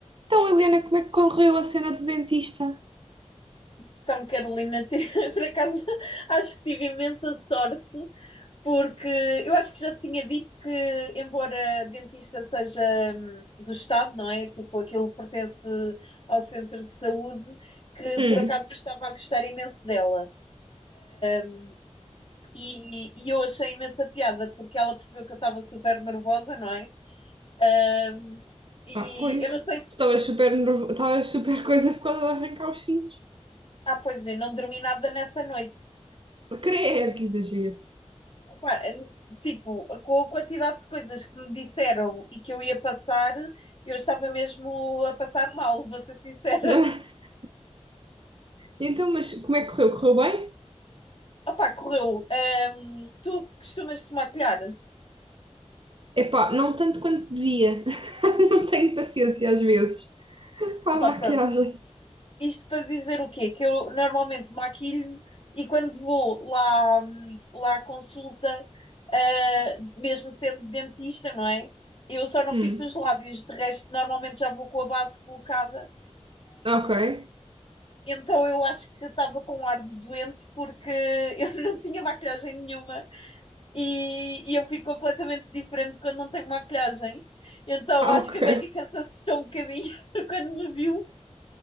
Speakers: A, on the right (about 45°); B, on the left (about 45°).
A: Então, Liliana, como é que correu a cena do dentista?
B: Então, Carolina, <laughs> por acaso acho que tive imensa sorte, porque eu acho que já te tinha dito que, embora dentista seja hum, do Estado, não é? Tipo, aquilo pertence ao centro de saúde, que
A: Hum.
B: por acaso estava a gostar imenso dela. Hum, e, e eu achei imensa piada, porque ela percebeu que eu estava super nervosa, não é? Hum, e
A: Ah, pois.
B: eu não sei se.
A: Tu Estavas super nervo... Estavas super <laughs> coisa por causa de arrancar os sisos.
B: Ah, pois é, não dormi nada nessa noite.
A: Creio, que exagero.
B: Pá, é, Tipo, com a quantidade de coisas que me disseram e que eu ia passar, eu estava mesmo a passar mal, vou ser sincera.
A: <laughs> Então, mas como é que correu? Correu bem?
B: Opá, correu. Ahm, tu costumas te maquilhar?
A: Epá, não tanto quanto devia. <laughs> Não tenho paciência às vezes. Para
B: Epá,
A: a
B: pronto.
A: maquiagem.
B: Isto para dizer o quê? Que eu normalmente maquilho-me e quando vou lá, hum, lá à consulta, ah, mesmo sendo dentista, não é? Eu só não
A: Hum.
B: pinto os lábios, de resto, normalmente já vou com a base colocada.
A: Ok.
B: Então eu acho que estava com um ar de doente porque eu <laughs> não tinha maquilhagem nenhuma e, e eu fico completamente diferente quando não tenho maquilhagem. Então
A: Ah,
B: acho
A: ok.
B: que a médica se assustou um bocadinho <laughs> quando me viu.